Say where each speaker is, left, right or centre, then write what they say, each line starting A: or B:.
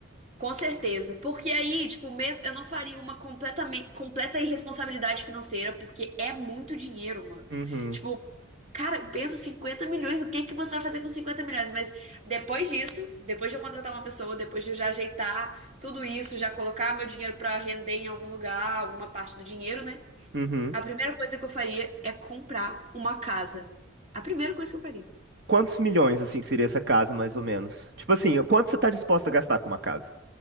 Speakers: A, on the right (about 35°); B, on the right (about 55°).
A: Com certeza, porque aí, tipo, mesmo eu não faria uma completamente completa irresponsabilidade financeira, porque é muito dinheiro, mano.
B: Uhum,
A: Tipo, cara, pensa 50 milhões, o que que você vai fazer com 50 milhões? Mas depois disso, depois de eu contratar uma pessoa, depois de eu já ajeitar tudo isso, já colocar meu dinheiro pra render em algum lugar, alguma parte do dinheiro, né?
B: uhum.
A: A primeira coisa que eu faria é comprar uma casa. A primeira coisa que eu faria.
B: Quantos milhões, assim, seria essa casa, mais ou menos? Tipo assim, quanto você tá disposto a gastar com uma casa?